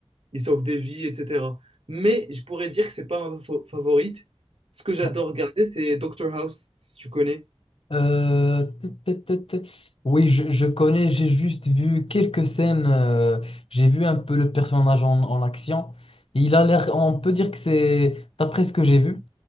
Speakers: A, on the right; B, on the left.
A: il sauve des vies, etc. Mais je pourrais dire que c'est pas ma fa- favorite. Ce que j'adore
B: ouais.
A: regarder, c'est Doctor House, si tu connais.
B: Euh, tut, tut, tut, tut. Oui, je, je connais, j'ai juste vu quelques scènes, euh, j'ai vu un peu le personnage en, en action. Il a l'air, on peut dire que c'est, d'après ce que j'ai vu,